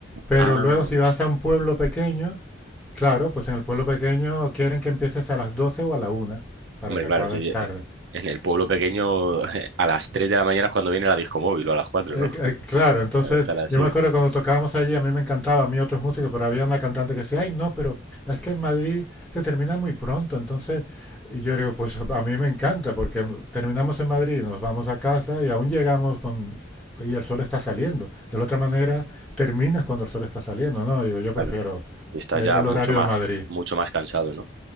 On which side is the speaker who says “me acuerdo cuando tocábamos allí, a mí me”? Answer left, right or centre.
Centre